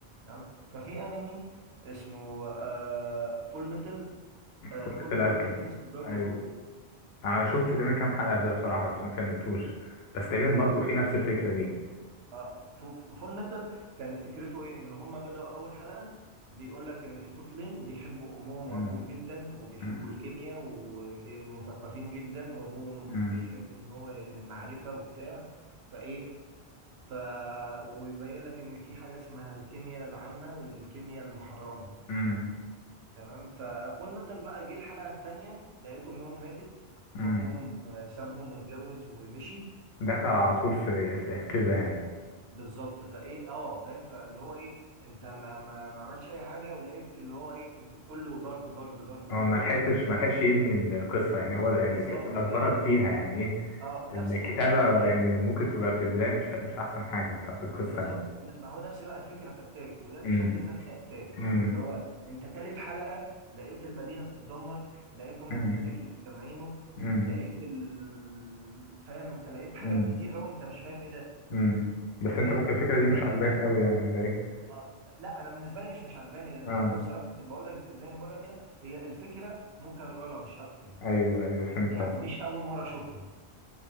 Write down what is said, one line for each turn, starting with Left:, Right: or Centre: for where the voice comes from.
Right: تمام ففي انمي اسمه آه فول ميتال آه
Left: فورة
Right: فول
Left: الألكيميست
Right: ميتال الكيميست براذر
Left: أيوه أنا شفت تقريبا كام حلقة في ده بصراحة بس ما كملتوش بس تقريبا برضو
Right: هود
Left: في نفس الفكرة دي
Right: اه ف- ف- فول ميتال كانت فكرته ايه ان هم بدأوا اول حلقة بيقول لك ان في طفلين بيحبوا امهم
Left: امم
Right: وابوهم جدا وبيحبوا
Left: امم
Right: الكيمياء ومثقفين جدا وابوهم
Left: امم
Right: بيحب ان هو المعرفة وبتاع فايه ف ويبين لك ان في حاجة اسمها الكيمياء العامة والكيمياء المحرمة
Left: امم
Right: تمام ففول ميتال بقى جه الحلقة التانية لقيت امهم ماتت
Left: امم
Right: وابوهم آه، سابهم واتجوز ومشي
Left: دخل على طول في, في كده يعني
Right: بالظبط فايه اه فاهم فاللي هو ايه انت ما ما ما عملش اي حاجه ولقيت اللي هو ايه كله ضرب ضرب ضرب
Left: هو
Right: ضرب
Left: ما لحقتش
Right: وال- <laughs>
Left: ما لحقش يبني القصة يعني هو ده يعني
Right: بالظبط
Left: تحس إنه
Right: فاهم
Left: أجبرك فيها يعني إيه
Right: اه نفس
Left: الكتابة
Right: الفكره في اتاك
Left: يعني ممكن تبقى في البداية مش مش أحسن حاجة بتاعت القصة
Right: بالظبط
Left: يعني
Right: ن- ما هو نفس بقى الفكره في اتاك وده اللي
Left: امم
Right: شد الناس لاتاك
Left: امم
Right: اللي هو انت تالت حلقه لقيت المدينه بتتدمر لقيت امه
Left: امم
Right: بتتاكل قدام عينه
Left: امم
Right: لقيت ال... فاهم انت لقيت حاجات
Left: امم
Right: كتير قوي انت مش فاهم ايه ده
Left: امم بس أنت
Right: فاهم
Left: ممكن الفكرة
Right: لدرجه
Left: دي مش عاجباك أوي يعني ولا إيه؟
Right: آه، لا انا بالنسبه لي مش مش عجباني لان
Left: آه
Right: انا انا بصراحه زي ما بقول لك زي ما بقول لك كده هي الفكره مكرره مش اكتر
Left: أيوه أيوه فهمت
Right: يعني
Left: آه
Right: مش اول مره اشوفها